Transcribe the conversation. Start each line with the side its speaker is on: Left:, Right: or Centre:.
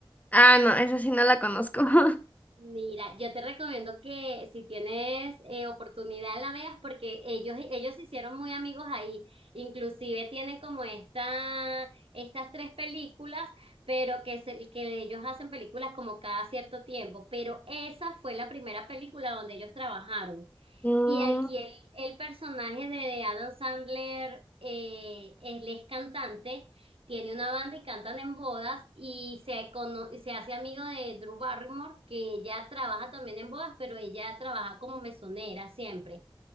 Left: Ah, no, esa sí no la conozco. <laughs>
Right: Mira, yo te recomiendo que si tienes eh, oportunidad la veas porque ellos, ellos se hicieron muy amigos ahí. Inclusive tienen como esta, estas tres películas, pero que, se- que ellos hacen películas como cada cierto tiempo. Pero esa fue la primera película donde ellos trabajaron.
Left: Mm,
Right: Y aquí el, el personaje de Adam Sandler, eh, él es cantante, tiene una banda y cantan en bodas y se, cono- y se hace amigo de Drew Barrymore, que ella trabaja también en bodas, pero ella trabaja como mesonera siempre.